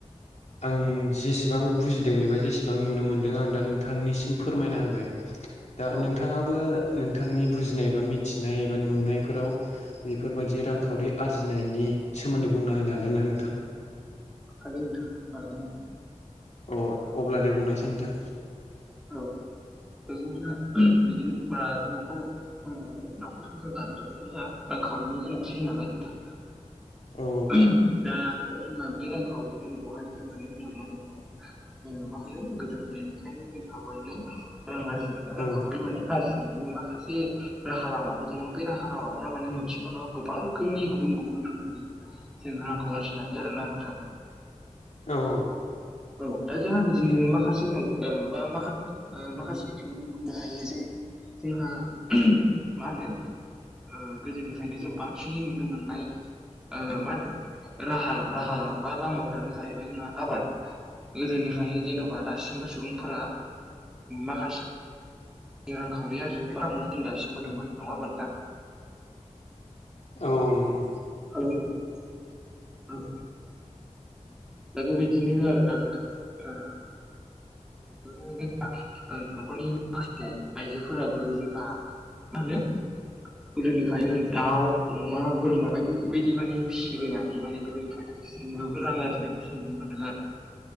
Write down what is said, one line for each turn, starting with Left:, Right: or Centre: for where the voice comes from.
Left: आं जेसेबां बुजिदों एबा जेसेबां नुनो मोनदों आं दा नोंथांनिसिम फोरमायना होबाय दा
Centre: औ
Left: नोंथाङाबो नोंथांनि बुजिनाय एबा मिथिनाय एबा नुनायफोराव बेफोरबायदि रांखावरि
Centre: ओ
Left: आरजिनायनि सोमोनदै बुंना होनो हागोन ना नोंथां?
Centre: हागोन नोंथां हागोन मानो हाया जानो
Left: अ अब्ला दे बुंनायसाय नोंथां
Centre: औ बिदिनो <unintelligible> बिदिनो मा न'खर ओ न'खर संसार दानो थाखायथ जोंहा रां-खावरिनि गोनांथि जायो नालाय नोंथां
Left: औ
Centre: <unintelligible> दा जोंहा बे रांखावरिखौ बहानिफ्राय मोनो होनोब्ला जोङो ओ मा होनो गोदो गोदायनिफ्रायनो जों माने रां आरजि रां
Left: औ
Centre: खावरि माने आर माखासे राहा लामाफोर दङ' बे राहा लामाफोरा माने मोनसेल' नङा गोबां रोखोमनि गुबुन गु रोखोमनि जों रांखौ आरजिनो हायो आरोना नोंथां
Left: औ औ
Centre: औ दा जोहा बिदिनो माखासे थाइ ओ बा माखा ओ माखासे बिथिङाव बुंनो हायो जे जोंहा <unintelligible> मा होनो ओ गोदोनिफ्रायनो जों बांसिनै नुनो मोननाय ओ मा होनो राहा राहा बा लामाफ्रानो जाहैबाय जोंना आबाद गोदोनिफ्रायनो जेन'बा दासिमबो सुबुंफोरा माखासे रांखावरि आरजिनो थाखाय दासिमबो मोनो नङा होमबा नोंथां
Left: औ नंगौ
Centre: <unintelligible> औ दा बेबायदिनो आरोना नोंथां ओ <unintelligible> ओ न'खरनि माखासे आइजोफोराबो जोंहा मा होनो गोदोनिफ्रायनो दाउ अमा बोरमा बायदि बायदि माने फिसिबोनानै माने बेफोरनिफ्राय थायसे जोंनोबो रां आरजिनायखौ जों नुनो मोनदों